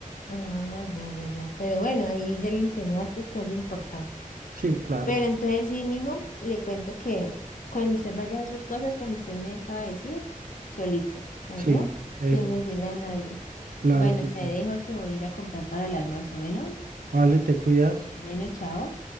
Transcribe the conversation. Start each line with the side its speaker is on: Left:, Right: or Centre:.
Left: Ah, ya, ya, ya. Pero bueno, ahí ya le enseñaste que es lo importante.
Right: Sí, claro.
Left: Pero entonces sí, mijo, le cuento que cuando usted vaya a hacer sus cosas, como usted me acaba de decir, solito, ¿no yo?
Right: Sí,
Left: Sin
Right: epa,
Left: decirle a nadie.
Right: claro
Left: Bueno,
Right: que
Left: te
Right: sí.
Left: dejo que voy a ir a comprar para el almuerzo. Bueno,
Right: Vale, te cuidas.
Left: bueno, chao.